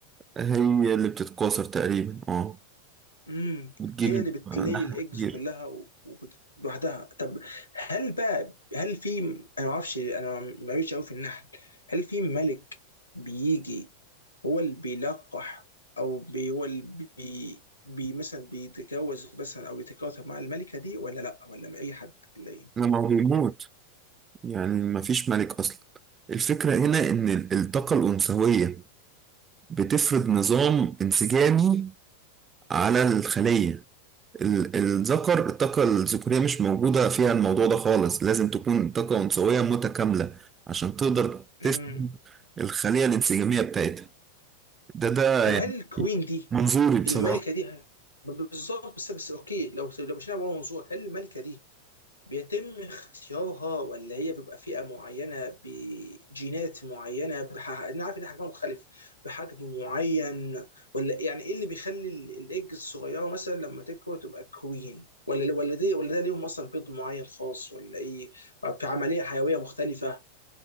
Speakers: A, on the right; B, on the left.
A: هي اللي بتتكاثر تقريبا اه
B: امم
A: بتجيب
B: هي اللي بتلي
A: لحم
B: الايجز
A: كتير
B: كلها و- وبت- لوحدها طب هل بقى هل في انا ما اعرفش انا ما قوي قوي في النحل هل في ملك بيجي هو اللي بيلقح او بي هو اللي بي, بي مثلا بيتجوز مثلا او يتجوز مع الملكه دي ولا لا ولا مع اي حد ولا ايه
A: لما هو بيموت يعني مفيش ملك أصلا الفكرة هنا إن ال- الطاقة الأنثوية بتفرض نظام انسجامي على الخلية ال- الذكر الطاقة الذكورية مش موجودة فيها الموضوع ده خالص لازم تكون طاقة أنثوية متكاملة عشان تقدر
B: امم
A: تفرض الخلية الانسجامية بتاعتها ده ده
B: طب
A: يعني
B: هل الكوين دي
A: منظوري بصراحة
B: الملكه دي ه- بالظبط بس بس اوكي لو لو مشينا بره منظور هل الملكه دي بيتم اختيارها ولا هي بيبقى فئة معينة بجينات معينة بح... أنا عارف إن حجمها مختلف بحجم معين ولا يعني إيه اللي بيخلي ال- الإيج الصغيرة مثلا لما تكبر تبقى كوين ولا ولا دي ولا ده ليهم أصلا بيض معين خاص ولا إيه في عملية حيوية مختلفة